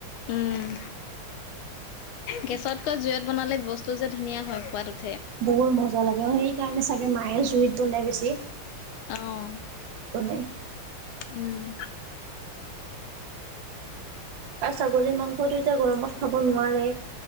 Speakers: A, on the left; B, on the right.
A: উম গেছতকৈ জুইত বনালে বস্তু যে ধুনীয়া হয় খোৱাদ।
B: বহুত মজা লাগে অ' সেইকাৰণে চাগে মায়ে জুইত ব নাই বেছি।
A: অহ
B: পনে
A: উম
B: আৰু ছাগলী মাংসটো এতিয়া গৰমত খাব নোৱাৰে।